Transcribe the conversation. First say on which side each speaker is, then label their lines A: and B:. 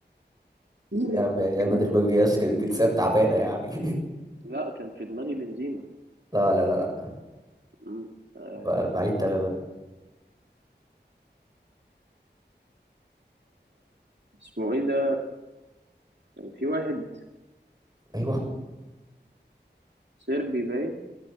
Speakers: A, on the right; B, on the right.
A: <coughs>
B: يا عم يعني ريال مدريد ما بيجيش
A: <laughs>
B: جنسيات تعبانه يعني
A: لا كان في دماغي بنزيما
B: <laughs> لا لا لا لا
A: مم. آه،
B: ب- بعيد تماما
A: اسمه ايه ده كان في واحد
B: ايوه
A: صربي باين